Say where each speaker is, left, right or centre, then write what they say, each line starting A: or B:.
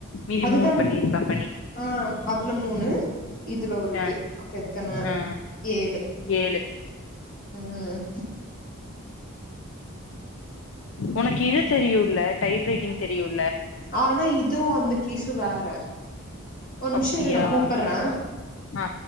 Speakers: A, on the left; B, on the left.
A: மீதி
B: அதுதான்
A: மூணு பண்ணிருப்பே பண்ணி
B: ஆ அதுல மூணு இதுல ஒரு இது
A: ஆ
B: அப் எத்தன
A: ஆ
B: ஏழு
A: ஏழு
B: ம்
A: உனக்கு இது தெரியுல்ல டைப் ரைட்டிங் தெரியு
B: ஆனா இது வந்து கிசு வேற ஒரு நிமிஷோ
A: அப்டியா
B: இரு நா கூப்பட்றே.
A: ஆ